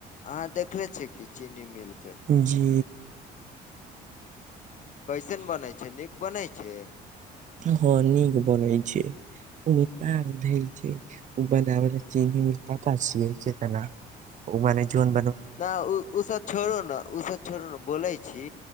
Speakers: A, on the left; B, on the right.
A: अहाँ देखले छी की चीनी मिल के
B: जी
A: कैसन बनै छै, नीक बनै छै
B: हँ नीक बनै छै उ प आध छै ओ ब चिन् प पसी छै त <unintelligible> ओ माने जन
A: ना उ सब छोड़ू ने उ सब छोड़ू ने, बोलै छी,